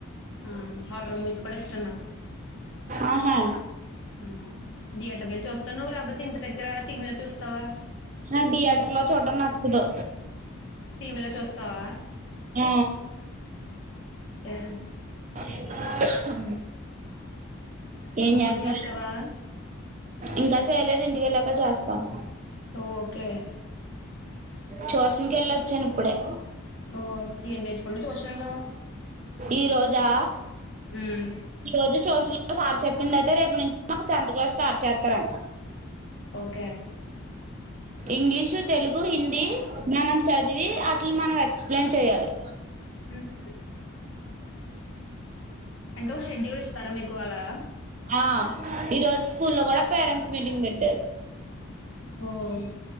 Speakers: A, on the left; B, on the right.
A: ఆ అర్రంస్ కూడా ఎస్ నా
B: ఆహా
A: ఉమ్ థియేటర్ నుంచి వెళ్లి వస్తున్నావు లేకపోతే దగ్గర టీమ్ లో చూస్తావా
B: ఆ థియేటర్ లో చూడడం నచ్చదు
A: టీవీలో చూస్తావా
B: ఆ,
A: ఉమ్
B: అ ఏం
A: భోంచేసావా?
B: చేస్తున్నారు ఇంకా చేయలేదు ఇంటికెళ్ళాక చేస్తాం
A: ఓకే
B: ట్యూషన్ కి వెళ్ళొచ్చాను ఇప్పుడే
A: ఓ స ఏం నేర్చుకున్నావ్ ట్యూషన్ లో
B: ఈ రోజా
A: మ్మ్
B: ఈ రోజు సోషల్ సార్ చెప్పిందయితే రేపు నుంచి మాకు టెన్త్ క్లాస్ స్టార్ట్ చేస్తారంట
A: ఓకే
B: ఇంగ్లీషు తెలుగు హిందీ మనం చదివి మనం ఎక్స్ప్లెయిన్ చేయ్యాలి
A: ఉమ్ అంటే ఓ షెడ్యూల్ ఇస్తారా మీకు అలా
B: ఆ ఈ రోజు స్కూల్లో కూడా పేరెంట్స్ మీటింగ్ పెట్
A: ఉమ్